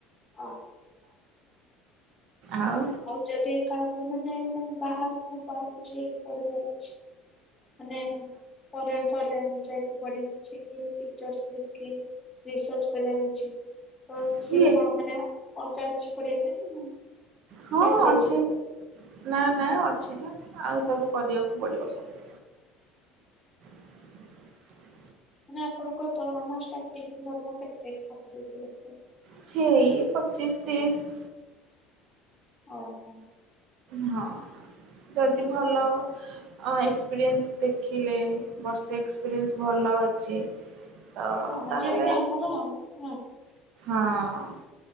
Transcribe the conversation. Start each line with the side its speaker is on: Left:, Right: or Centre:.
Left: ହଁ।
Right: ଆଉ।
Left: ଆଉ ଯଦି କାହାକୁ ମାନେ ବାହାରକୁ ବାହାରକୁ ଯାଇକି ପଢିବାର ଅଛି। ମାନେ ଫରେନ୍ ଫରେନ୍ ଯାଇକି ପଢ଼ିଆର ଅଛି କି ଟିଚରସିପ୍ କି ରିସର୍ଚ୍ଚ କରିଆର ଅଛି ତ
Right: ବାକି
Left: ସିଏ କଣ ମାନେ ଅଲଗା ଅଛି ପଢ଼ିଆ ପାଇଁ ନା?
Right: ହଁ
Left: ସେଇଥିରେ
Right: ଅଛି,
Left: ହେଇଯିବ?
Right: ନାଁ, ନାଁ ଅଛି ନା ଆଉ ସବୁ କରିଆକୁ ପଡିବ ସବୁ। <inaudible>
Left: ମାନେ ଆପଣଙ୍କ ଦରମା ଷ୍ଟାର୍ଟିଂ ଦରମା କେତେ ପାଖାପାଖି ଆସେ?
Right: ସେଇ ପଚିଶ, ତିରିଶ।
Left: ଓହୋ।
Right: ହଁ, ଯଦି ଭଲ ଅ ଏକ୍ସପିରିଏନ୍ସ ଦେଖିଲେ ବର୍ଷେ ଏକ୍ସପିରିଏନ୍ସ ଭଲ ଅଛି। ତ
Left: ଓହୋ
Right: ତାହେଲେ
Left: ଯେମିତି ଆମର ଆଉ ନା।
Right: ହଁ।